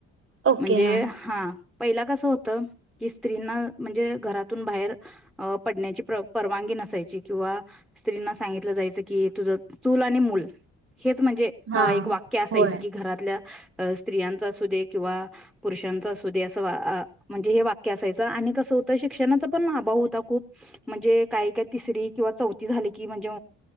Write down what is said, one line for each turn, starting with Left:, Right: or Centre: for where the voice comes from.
Right: ओके
Centre: म्हणजे
Right: हा
Centre: हा. पहिला कसं होतं, की स्त्रींना म्हणजे घरात तून बाहेर पडण्याची परवानगी नसायची, किंवा स्त्रींना सांगितलं जायचं कि तुझ चूल आणि मूल. हेच म्हणजे
Right: हा
Centre: एक वाक्य असायचं
Right: होय
Centre: की, घरातल्या स्त्रियांचा अस दे किंवा पुुष षुरषाच असूदे अस अ म्हणजे हे वाक्य. असायच, आणि कसं होतं शिक्षणाचा पण अभाव होता खूप. म्हणजे काही काय तिसरी किंवा चौथी झाल की म्हणजे